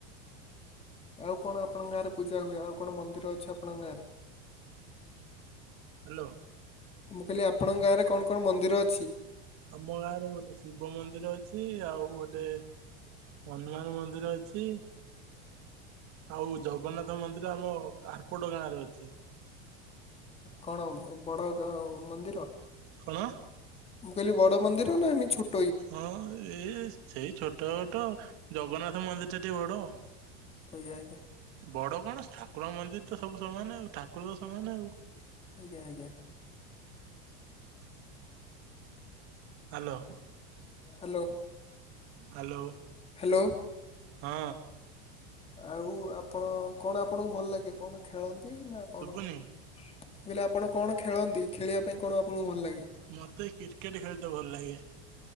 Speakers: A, on the left; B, on the right.
A: ଆଉ କଣ ଆପଣଙ୍କ ଗାଁରେ ପୂଜା ହୁଏ? ଆଉ କଣ ମନ୍ଦିର ଅଛି ଆପଣଙ୍କ ଗାଁରେ?
B: ହ୍ୟାଲୋ।
A: ମୁଁ କହିଲି ଆପଣଙ୍କ ଗାଁରେ କଣ କଣ ମନ୍ଦିର ଅଛି?
B: ଆମ ଗାଁ ରେ ଗୋଟେ ଶିବ ମନ୍ଦିର ଅଛି। ଆଉ ଗୋଟେ ହନୁମାନ ମନ୍ଦିର ଅଛି। ଆଉ ଜଗନ୍ନାଥ ମନ୍ଦିର ଆମ ଆର ପଟ ଗାଁରେ ଅଛି।
A: କଣ ବଡ ଉ ମନ୍ଦିର?
B: କଣ
A: ମୁଁ କହିଲି ବଡ ମନ୍ଦିର ନା ଏମତି ଛୋ
B: ହଁ ଏଇ ସେଇ ଛୋଟ ଛୋଟ ଜଗନ୍ନାଥ ମନ୍ଦିର ଟା ଟିକେ ବଡ।
A: <unintelligible> ଯାଇକି।
B: ବଡ କଣ ଠାକୁର ମନ୍ଦିର ତ ସବୁ ସମାନ ଆଉ। ଠାକୁର ତ ସମାନ ଆଉ।
A: ଆଜ୍ଞା ଆଜ୍ଞା।
B: <inaudible> ହାଲୋ।
A: ହ୍ୟାଲୋ।
B: ହ୍ୟାଲୋ।
A: ହାଲୋ।
B: ହଁ।
A: ଆଉ ଆପଣ କଣ ଆପଣଙ୍କୁ ଭଲ ଲାଗେ। କଣ ଖେଳନ୍ତି ନା କଣ?
B: ଶୁଭୁନି?
A: ମୁଁ କହିଲି ଆପଣ କଣ ଖେଳନ୍ତି। ଖେଳିବା ପାଇଁ କଣ ଆପଣଙ୍କୁ ଭଲ ଲାଗେ?
B: ମତେ କ୍ରିକେଟ ଖେଳିତେ ଭଲ ଲାଗେ।